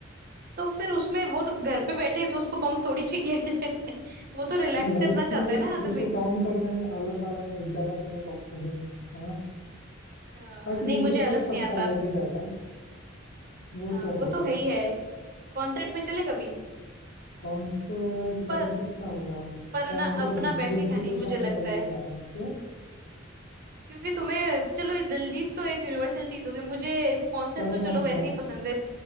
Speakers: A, on the right (about 50°); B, on the left (about 80°).
A: तो फिर उसमें वो तो घर पे बैठे तो उसको पंप थोड़ी चाहिए <laughs> वो तो रिलैक्स
B: लाइफ
A: करना
B: के
A: चाहता
B: लिए
A: है ना आदमी
B: उसको काम करना है आलस आ रहा है एक गाना सुनो पंप हो गए है ना
A: हाँ
B: बाकी
A: नहीं
B: म्यूजिक
A: मुझे
B: टेस्ट
A: आलस
B: सबका
A: नहीं आता
B: अलग ही रहता है वो
A: हाँ
B: तो
A: वो
B: है
A: तो
B: ही
A: है ही है कॉन्सर्ट में चले कभी
B: कॉन्सर्ट
A: पर
B: अभी किसका होगा
A: पर
B: यार
A: ना
B: मेरे को तो
A: अपना बैठेगा
B: दिलजीत
A: नहीं
B: दोसांझ
A: मुझे लगता
B: वाले
A: है
B: में जाना है क्यों
A: क्योंकि तुम्हें चलो ये दिलजीत तो एक यूनिवर्सल चीज होगी मुझे कॉन्सर्ट
B: करण
A: तो चलो
B: औजला
A: वैसे ही पसंद है